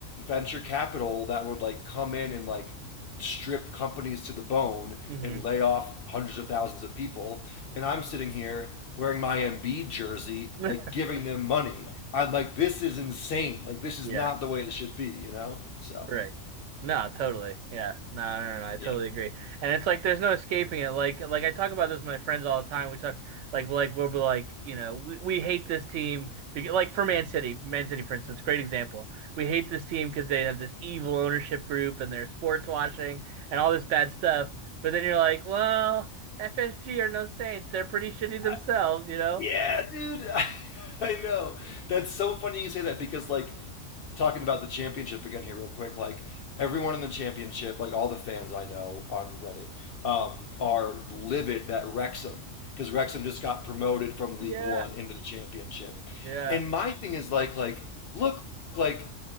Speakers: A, on the left; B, on the right.
A: venture capital that would like come in and like strip companies to the bone
B: hmm
A: and lay off hundreds of thousands of people. And I'm sitting here wearing my Embiid jersey,
B: <laughs>
A: like giving them money. I'm like, this is insane. Like, this is
B: Yeah.
A: not the way it should be, you know? So,
B: Right. No, totally. Yeah. No, no, no, no, I totally
A: Yeah.
B: agree. And it's like there's no escaping it. Like like I talk about this with my friends all the time. We talk like like we'll be like, you know, we, we hate this team be- like for Man City, Man City for instance, great example. We hate this team because they have this evil ownership group and they're sports washing and all this bad stuff. But then you're like, well, FSG are no saints. They're pretty shitty
A: I,
B: themselves, you know?
A: yeah, dude. <laughs> I know. That's so funny you say that because, like, talking about the championship again here real quick like everyone in the championship like all the fans i know on reddit um, are livid that wrexham because wrexham just got promoted from
B: Yeah.
A: league one into the championship
B: Yeah.
A: and my thing is like like look like